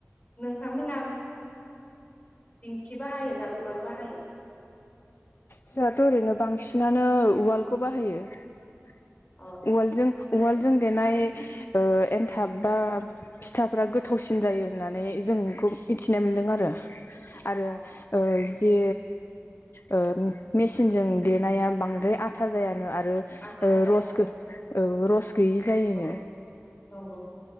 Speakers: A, on the left; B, on the left.
A: नोंथांमोनहा दिंखि बाहायो ना उवाल बाहायो?
B: जोंहाथ' ओरैनो बांसिनानो उवालखौ बाहायो ।
A: अ
B: उवालजों
A: माने
B: उवालजों देनाय ओ एनथाब बा फिथाफोरा गोथावसिन जायो होननानै जोंखौ मिथिनो मोनदों आरो । आरो
A: अ
B: ओ जि ओ मेसिनजों देनाया बांद्राय आथा जाया । आरो ओ
A: आथा जाया
B: रस
A: औ
B: औ रस गैयि जायनो
A: औ नंगौ